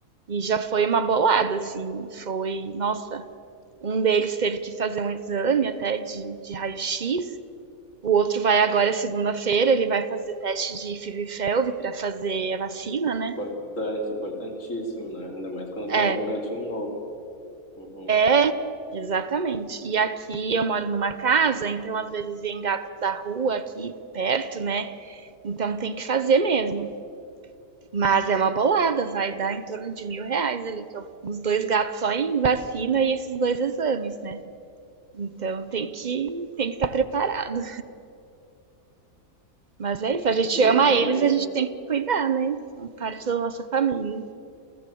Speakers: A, on the right (about 40°); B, on the left (about 55°).
A: E já foi uma bolada, assim, foi, nossa, Um deles teve que fazer um exame até de, de raio-x. O outro vai agora segunda-feira, ele vai fazer teste de FIV-FeLV para fazer a vacina, né?
B: Importante, importantíssimo, né? Ainda mais quando
A: É,
B: coloca um gatinho novo. Uhum.
A: é, exatamente. E aqui eu moro numa casa, então às vezes vem gatos da rua aqui perto, né? Então tem que fazer mesmo. Mas é uma bolada, vai dar em torno de mil reais ali, que eu, os dois gatos só em vacina e esses dois exames, né? Então tem que tem que estar preparado. Mas é isso, a gente
B: Sim,
A: ama
B: realmente.
A: eles, a gente tem que cuidar, né? São parte da nossa família.